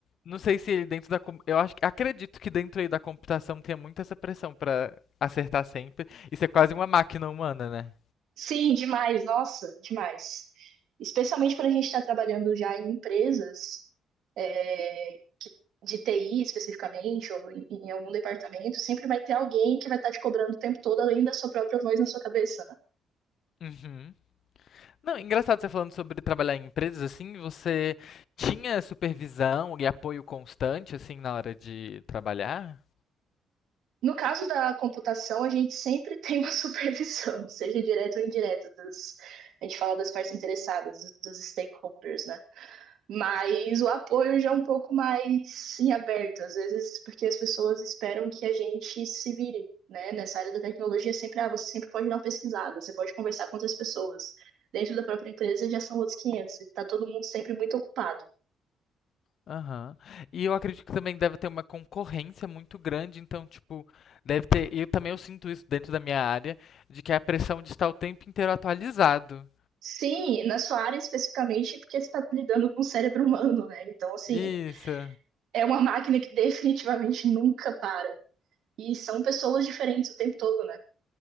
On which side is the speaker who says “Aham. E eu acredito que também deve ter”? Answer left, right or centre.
Left